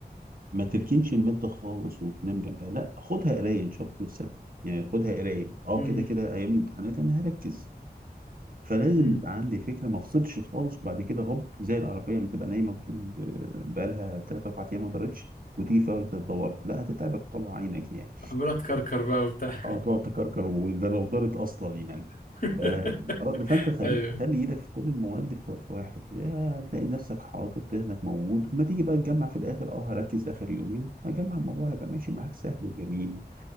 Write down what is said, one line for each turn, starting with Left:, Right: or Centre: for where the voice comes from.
Right: ما تركنش المادة خالص وتنام جنبها لا خدها قراية ان شاء الله في السنة يعني خدها قراية اه
Left: امم
Right: كده كده ايام الامتحانات انا هركز فلازم
Left: امم
Right: يبقى عندي فكره ما افصلش خالص وبعد كده هوب زي العربيه ما تبقى نايمه طول آه، بقالها 3 4 ايام ما دارتش وتيجي في وقت تدور لا هتتعبك طبعا عينك يعني
Left: عمال اتكركر بقى وبتاع
Right: اه تقعد تكركر وده لو دارت اصلا يعني
Left: <laughs>
Right: ف- آه، فانت خليك
Left: ايوه
Right: خلي ايدك في كل المواد في وقت واحد آه، هتلاقي نفسك حاطط ذهنك موجود ما تيجي بقى تجمع في الاخر اه هركز اخر يومين هجمع الموضوع هيبقى ماشي معاك سهل وجميل